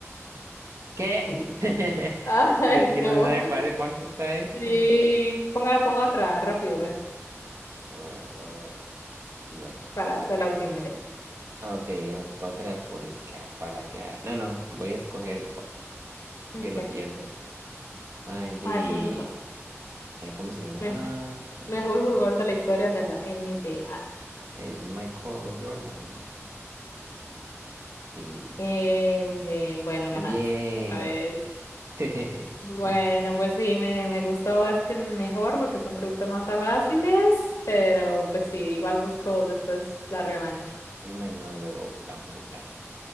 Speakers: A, on the right; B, on the left.
A: ¿Qué?
B: <laughs>
A: <laughs>
B: Ay,
A: Pero es que
B: no.
A: no se sabe cu- hace cuánto está esto.
B: Sí, póngala, ponga otra rápido, a ver,
A: Ah, ah, bueno,
B: para hacer la última ya.
A: ok, o- otra de política para que... ha- No, no, voy a escoger deportes.
B: Okay.
A: Pierdo, pierdo. Ay, di...
B: Ah, eso es muy fácil.
A: ay, ¿Cómo se llama?
B: Me- Mejor,
A: Eh,
B: jugador de la historia de la N B A
A: el Michael Jordan, ¿no? Y
B: Eh, muy bien, bueno,
A: muy
B: ganaste.
A: bien.
B: ¿Sabes?
A: <laughs>
B: Bueno, pues sí, me, me gustó este mejor porque son preguntas más fáciles, pero pues sí, igual busco después la revancha.
A: Bueno, luego jugamos otra vez.